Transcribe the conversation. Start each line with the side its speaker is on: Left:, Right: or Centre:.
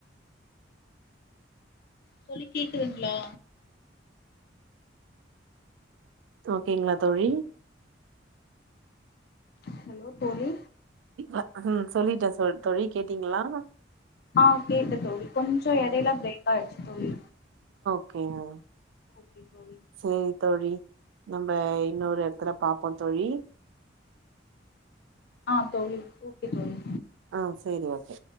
Left: தோழி கேக்குதுங்களா
Right: ஓகேங்களா தோழி
Left: ஹலோ தோழி
Right: அ அம் சொல்லிட்டே சோ தோழி கேட்டீங்களா
Left: ஆ கேட்ட தோழி கொஞ்ச
Right: ம்
Left: எடைல
Right: ம்
Left: பிரேக் ஆயிடுச்சு தோழி
Right: ஓகேங்க
Left: ஓகே தோழி
Right: சேரி தோழி நம்ம இன்னொரு எடத்துல பாப்போ தோழி
Left: ஆ தோழி ஓகே தோழி
Right: ஆ சேரி ஓகே